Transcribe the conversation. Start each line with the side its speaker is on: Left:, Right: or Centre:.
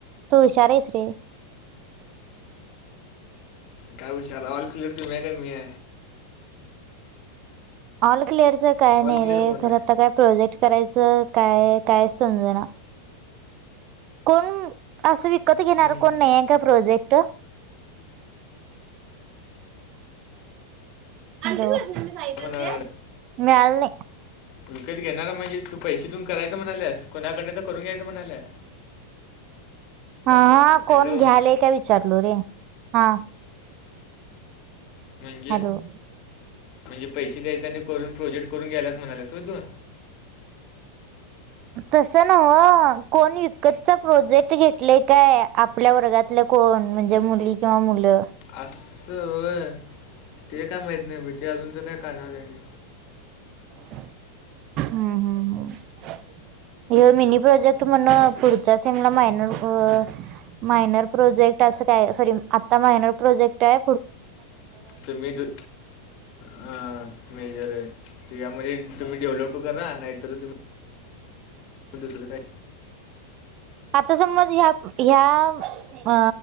Right: तू हुशार आहेस रे.
Left: काय हुशार ऑल क्लिअर तुम्ही हाय का मी हाय.
Right: ऑल क्लिअरच काय नाही
Left: ऑल क्लिअर
Right: रे,
Left: कोण
Right: खरं
Left: आहे?
Right: तर काय प्रोजेक्ट करायचं काय कायच समज ना. कोण असं विकत घेणार
Left: हम्म.
Right: कोण नाही आहे का प्रोजेक्ट? हॅलो मिळालं
Left: पण अ,
Right: नई.
Left: विकत घेणारा म्हणजे तू पैसे देऊन करायचं म्हणायल्यास, कोणाकडून तरी करून घ्यायचं म्हणायल्यास.
Right: अहं
Left: हॅलो
Right: कोण घ्यालय का विचारलो रे हा.
Left: म्हणजे
Right: हॅलो
Left: म्हणजे पैसे द्यायचे आणि करून प्रोजेक्ट करून ग्यायलास म्हणायल्यास व तू?
Right: तस नव, कोण विकतचा प्रोजेक्ट घेतलाय काय आप ल्या वर्गातल्या कोण म्हणजे मुली किंवा मुलं.
Left: आस होय? ते काय माहीत नाय बय ते अजून तर काय करण्यात आलय.
Right: हम्म हम्म हम्म. हे मिनी प्रोजेक्ट म्हण, पुढच्या सेमला मायनर अ मायनर प्रोजेक्ट असं काय, सॉरी आता मायनर प्रोजेक्ट आय.
Left: तुम्ही द अ मेजर आहे, यामध्ये तुम्ही डेव्हलप. तो करा नाही तर तुम्ह दुसंर काय.
Right: आता समज ह्या ह्या अ